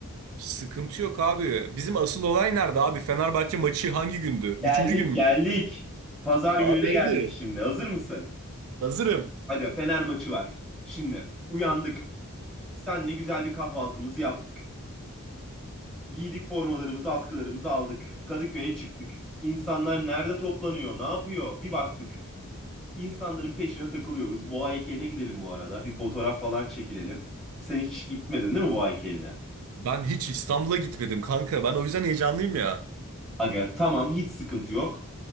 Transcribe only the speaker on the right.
Sıkıntı yok abi. Bizim asıl olay nerede abi? Fenerbahçe maçı hangi gündü?
Üçüncü gün müydü?
Abi
hadi.
Hazırım.
Ben hiç İstanbul'a gitmedim kanka. Ben o yüzden heyecanlıyım ya.